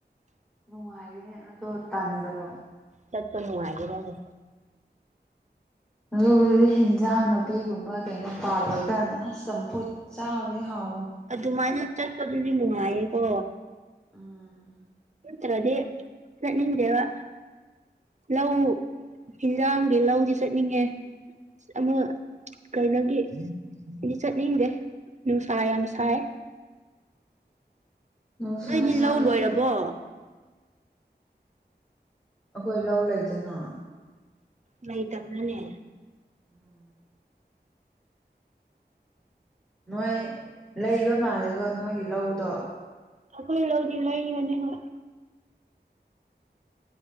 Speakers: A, in the centre; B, on the right.
A: ꯅꯨꯡꯉꯥꯏꯒꯅꯤ ꯑꯗꯣ ꯇꯥꯟꯗꯔꯣ
B: ꯁꯠꯄ ꯅꯨꯡꯉꯥꯏꯒꯦꯔꯅꯦ
A: ꯑꯗꯨꯒꯗꯤ ꯍꯤꯟꯖꯥꯡ ꯅꯥꯄꯤꯒꯨꯝꯕ ꯀꯩꯅꯣ ꯄꯥꯜꯂꯀꯥꯅ ꯑꯁ ꯇꯝꯐꯨꯠ ꯆꯥꯕꯗꯤ ꯍꯥꯎ
B: ꯑꯗꯨꯃꯥꯏꯅ ꯆꯠꯄꯗꯨꯗꯤ ꯅꯨꯡꯉꯥꯏꯌꯦꯀꯣ
A: ꯎꯝ
B: ꯇ꯭ꯔꯗꯤ ꯆꯠꯅꯤꯡꯗꯦꯕ ꯂꯧ ꯍꯤꯟꯖꯥꯡꯒꯤ ꯂꯧꯗꯤ ꯆꯠꯅꯤꯡꯉꯦ ꯑꯃ ꯀꯩꯅꯣꯒꯤ ꯗꯤ ꯆꯠꯅꯤꯡꯗꯦ ꯅꯨꯡꯁꯥ ꯌꯥꯝ ꯁꯥꯏ
A: ꯅꯨꯡꯁꯥ
B: ꯅꯣꯏꯗꯤ
A: ꯁꯥꯔꯁꯨ
B: ꯂꯧ ꯂꯣꯏꯔꯕꯣ
A: ꯑꯈꯣꯏ ꯂꯧ ꯂꯩꯇꯅ
B: ꯂꯩꯇꯕ꯭ꯔꯅꯦ
A: ꯎꯝ ꯅꯣꯏ ꯂꯩꯕ ꯃꯥꯜꯂꯦꯀꯣ ꯅꯣꯏꯒꯤ ꯂꯧꯗꯣ
B: ꯑꯩꯈꯣꯏ ꯂꯧ ꯂꯥꯏꯅꯤ ꯍꯣꯏ